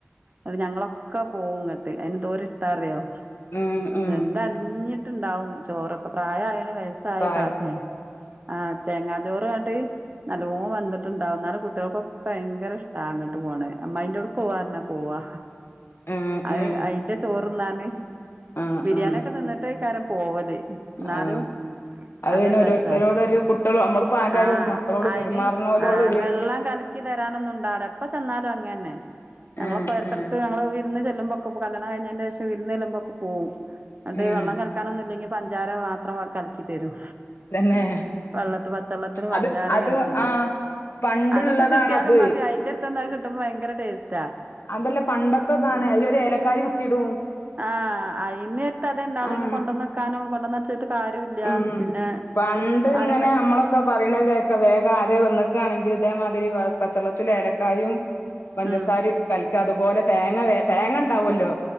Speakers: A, on the right; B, on the left.
A: അപ്പം ഞങ്ങളൊക്കെ പോവുംങ്ങട്ടെ അതിന് എന്തോര് ഇഷ്ടാറിയോ
B: ആഹ് ആഹ്
A: ഇത അലിഞ്ഞിട്ടുണ്ടാവും ചോറൊക്കെ പ്രായആയെനവെ സായ
B: പായ
A: താത്ത ആണ് ആഹ് തേങ്ങാ ചോറ് ങ്ങട്ട് നല്ലോം വന്തിട്ടുണ്ടാവും എന്നാലും കുട്ടികൾക്കൊക്കെ ഭയങ്കര ഇഷ്ട അങ്ങോട്ട് പോണ് അമ്മയി ക്ക് പോവാറഞ്ഞാ പോവാ
B: ആഹ് ആഹ്
A: അത്
B: ആഹ്
A: അയിന്റെ ചോറ്ന്നാന്
B: ആഹ്
A: ബിരിയാണി
B: ആഹ്
A: ഒക്കെ തിന്നിട്ട് എകാരം പോവല് എന്നാലും
B: ആഹ് അത്
A: അതൊരു
B: പിന്നെ ഓരോരുത്തരോടൊരു
A: രസ
B: കുട്ടികള് നമ്മളിപ്പോ ആരായാലും
A: ആഹ്
B: മക്കളോട്
A: അതിന്
B: പെരുമാറുന്നോലോടൊരു
A: ആഹ് വെള്ളം കല ക്കി തരാനൊന്നുണ്ടാവൂല എപ്പൊ ചെന്നാലും അങ്ങന തന്നെ ഞങ്ങളൊക്കെ
B: ആഹ്
A: ഇടക്കിട
B: ആഹ്
A: ങ്ങങ്ങള് വിരുന്ന് ചെല്ലുമ്പൊക്കെ കല്യാണം കഴിഞ്ഞതിന്റെ ശേഷം ഇരുന്ന് ചെല്ലുമോക്കെ പോവും അട്ട്
B: ഉം
A: വെള്ളം കലക്കാനൊന്നും ഇല്ലെങ്കി പഞ്ചാര മാത്രം കലക്കി തരും
B: തന്നെ
A: വെള്ളത്തി പച്ചെള്ളത്തില്
B: അത്
A: പഞ്ചാര
B: അത്
A: കലക്കി തരും
B: ആ പണ്ടുള്ളതാണത്
A: അതൊക്കെ കിട്ടിയാലും അതിന്റെ അടുത്ത് അത് കിട്ടുമ്പോൾ ഭയങ്കര ടേസ്റ്റ്
B: അതല്ലേ പണ്ടത്തതാണ് അതിലൊര് ഏലക്കായ കുത്തിടും
A: ആഹ് അയിൻ്റെ അടുത്ത് അതെണ്ടാവും
B: ആഹ്
A: കൊണ്ടന്നക്കാനും കൊണ്ടന്നച്ചിട്ട് കാര്യല്ല
B: ഉം
A: പിന്നെ
B: പണ്ട്
A: ആരും
B: ഇങ്ങനെ നമ്മളൊക്കെ പറയണ കേക്കെ വേഗം ആര് വന്നക്കയാണെങ്കിൽ ഇതേമാതിരി പച്ചള്ളത്തില ഏലക്കായും പഞ്ചസാര
A: ഉം
B: കൽക്ക അതുപോലെ തേങ്ങ വ തേങ്ങ ഉണ്ടാവല്ലോ